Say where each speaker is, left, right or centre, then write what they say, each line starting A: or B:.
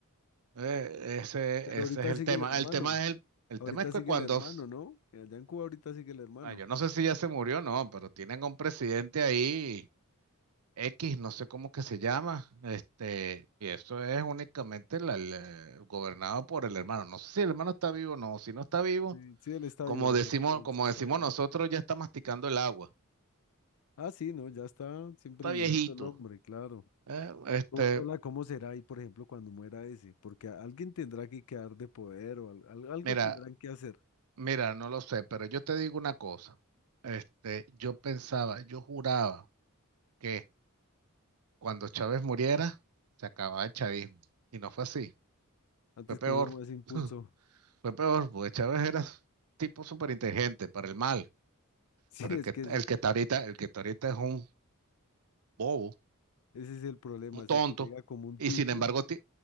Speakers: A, on the right; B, on the left.
A: Eh, ese,
B: Pero
A: ese
B: ahorita
A: es el
B: sigue
A: tema.
B: el hermano,
A: El tema es el, el
B: ahorita
A: tema es que
B: sigue
A: cuando,
B: el hermano,
A: s-
B: ¿no? Eh, Allá en Cuba ahorita sigue el hermano.
A: ah, yo no sé si ya se murió o no, pero tienen a un presidente ahí, X, no sé cómo que se llama, este, y eso es únicamente la- la- gobernado por el hermano. No sé si el hermano está vivo o no, si no está vivo,
B: Sí, sí, él está
A: como
B: vivo, el
A: decimos,
B: hermano, él
A: como
B: sí está
A: decimos
B: vivo.
A: nosotros, ya está masticando el agua.
B: Ah, sí, no, ya está siempre
A: Está
B: viejito
A: viejito.
B: el hombre, claro.
A: eh, este,
B: O- Hola, ¿cómo será ahí, por ejemplo, cuando muera ese? Porque a- alguien tendrá que quedar de poder o al- al- algo
A: mira,
B: tendrán que hacer.
A: mira, no lo sé, pero yo te digo una cosa. Este, yo pensaba, yo juraba que Cuando Chávez muriera, se acababa el chavismo. Y no fue así,
B: Antes
A: fue peor.
B: cogió más impulso.
A: <laughs>
B: <laughs>
A: Fue peor, porque Chávez era tipo súper inteligente para el mal,
B: Sí,
A: pero
B: es
A: el que,
B: que ese,
A: el que está ahorita, el que está ahorita es un bobo,
B: ese es el problema.
A: un
B: Así
A: tonto,
B: que llega como un
A: y
B: tibio.
A: sin embargo, ti-